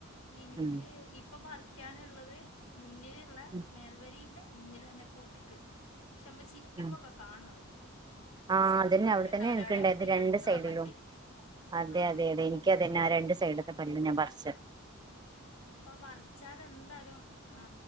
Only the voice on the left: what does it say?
ഇൻക്ക്
ഇപ്പൊ പറിക്കാനുള്ളത് മുന്നിൽ ന്ന്ലുള്ള
മേൽവരിടെ മുന്നിലെന്നെ കോട്ടക്ക് ക്ഷമ്മചിരി ക്കിമ്പൊക്കെ
കാണു അത്.
സൂചിപ്പല്ല്
ഉണ്ടാവില്ല
അവിടെ അതിൻ്റെ
അടുത്തുള്ള
പല്ല്
ആ
അപ്പൊ പറിച്ചാൽ എന്തായാലും ഏ